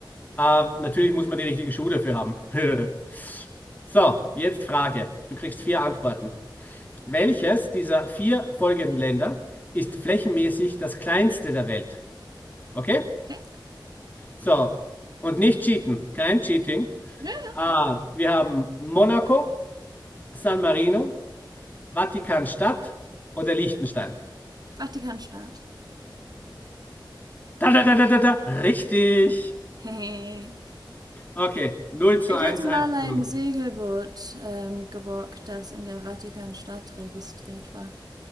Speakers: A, on the left; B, on the right.
A: Äh, natürlich muss man die richtigen Schuhe dafür haben. <laughs> So, jetzt Frage. Du kriegst vier Antworten. Welches dieser vier folgenden Länder ist flächenmäßig das kleinste der Welt? Okay?
B: Okay.
A: So, und nicht cheaten, kein Cheating.
B: Ja, ja.
A: Ah, wir haben Monaco, San Marino, Vatikanstadt oder Liechtenstein.
B: Vatikanstaat.
A: Da, da, da, da, da, da. Richtig.
B: <laughs> Hehe.
A: Okay, null zu
B: Ich
A: eins,
B: hatte mal
A: eins
B: ein
A: zu null.
B: Segelboot ähm, geborgt, das in der Vatikanstadt registriert war.